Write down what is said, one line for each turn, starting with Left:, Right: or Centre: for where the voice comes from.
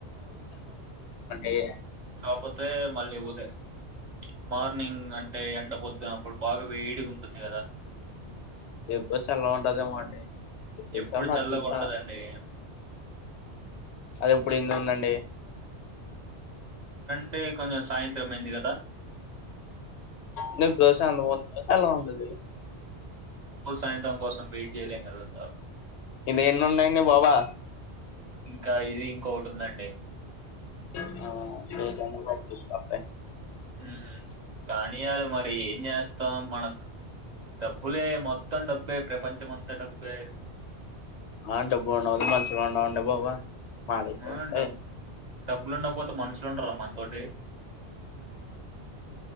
Left: ఏయ్
Right: కాకపోతే మళ్ళీ ఉదే. మార్నింగ్ అంటే ఎండ పొద్దున్నప్పుడు బాగా వేడిగా ఉంటుంది కదా.
Left: ఎప్పుడు చల్లాగ ఉంటదేమోండి. తెలుసా
Right: ఎప్పుడు
Left: మాకు
Right: చల్లగా
Left: తెలుసా
Right: ఉండదండి
Left: అది ఎప్పుడు ఏంది ఉందండి.
Right: అంటే కొంచం సాయంత్రం అయింది కదా
Left: న దోశ అ ను దోశ ఎలా ఉంటది
Right: సాయంత్రం కోసం వెయిట్ చేయలేం కదా సార్
Left: ఇదేన్ని ఉన్నాయండి బాబు
Right: ఇంకా ఇది ఇంకోటి ఉందండి
Left: ఆ రోజు ఏనాబైకి ఇత్త బే
Right: ఊ కానీ అది మరి ఏం చేస్తాం మనకు డబ్బులే మొత్తం డబ్బే ప్రపంచమ అంతా డబ్బే
Left: ఆ డబ్బు ఉన్నవాళ్ళు మంచిగా ఉన్నా బాబా పాలించవ్
Right: ఆ! డబ్
Left: ఏ
Right: డబ్బులుండకపోతే మనుషులు ఉండర మనతోటి